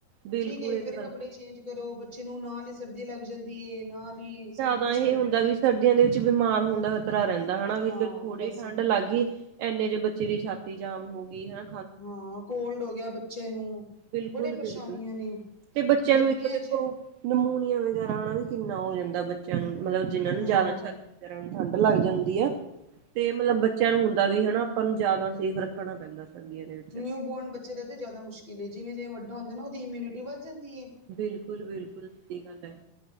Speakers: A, on the right; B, on the left.
A: ਬਿਲਕੁਲ
B: ਠੀਕ
A: ਇਹ
B: ਫੇਰ
A: ਤਾਂ ਗੱਲ
B: ਕੱਪੜੇ ਚੇਂਜ ਕਰੋ ਬੱ ਬੱਚੇ ਨੂੰ ਨਾਲ ਹੀ ਸਰਦੀ ਲੱਗ ਜਾਂਦੀ ਐ ਨਾਲ ਹੀ ਸਭ ਕੁਛ
A: ਤਾਂ ਇਹ ਹੁੰਦਾ ਵੀ ਸਰਦੀਆਂ ਦੇ ਵਿੱਚ ਬਿਮਾਰ ਹੋਣ ਦਾ ਖ਼ਤਰਾ ਰਹਿੰਦਾ ਹਨਾ ਵੀ
B: ਹਾਂ
A: ਥੋੜੀ
B: ਬਸ
A: ਠੰਢ ਲੱਗ ਗਈ। ਇੰਨੇ ਚੇ ਬੱਚੇ ਦੀ ਛਾਤੀ ਜਾਮ ਹੋ ਗਈ ਹਨਾਂ।
B: ਹਾਂ ਕੋਲਡ ਹੋ ਗਿਆ ਬੱਚੇ ਨੂੰ,
A: ਬਿਲਕੁਲ-ਬਿਲਕੁਲ
B: ਬੜੇ ਪਰੇਸ਼ਾਨੀਆਂ ਨੇ।
A: ਤੇ ਬੱਚਿਆਂ
B: ਗਰਮੀਆਂ
A: ਨੂੰ ਇੱਕ ਦੇਖੋ
B: ਚ
A: ਨਮੂਨੀਆ ਵਗੈਰਾ ਨਾ ਵੀ ਕਿੰਨਾ ਹੋ ਜਾਂਦਾ ਬੱਚਿਆਂ ਨੂੰ ਮਤਲਬ ਜਿਹਨਾਂ ਨੂੰ
B: ਹਾਂ
A: ਜ਼ਿਆਦਾ ਸ਼ਾ ਵਗ਼ੈਰਾ ਨੂੰ ਠੰਢ ਲੱਗ ਜਾਂਦੀ ਐ ਤੇ ਮਤਲਬ ਬੱਚਿਆਂ ਨੂੰ ਹੁੰ ਦਾ ਵੀ ਹਨਾ ਆਪਾਂ ਨੂੰ ਜ਼ਿਆਦਾ ਸੇਫ ਰੱਖਣਾ ਪੈਂਦਾ ਸਰਦੀਆਂ ਦੇ ਵਿੱਚ।
B: ਨਿਊ ਬੋਰਨ ਬੱਚੇ ਦਾ ਤਾਂ ਜ਼ਿਆਦਾ ਮੁਸ਼ਕਿਲ ਐ ਜਿਵੇਂ ਜਿਵੇਂ ਵੱਡਾ ਹੁੰਦਾ ਨਾ ਉਹਦੀ ਇਮਿਊਨਿਟੀ ਵਧ ਜਾਂਦੀ ਐ।
A: ਬਿਲਕੁਲ-ਬਿਲਕੁਲ ਸੀ ਗੱਲ ਐ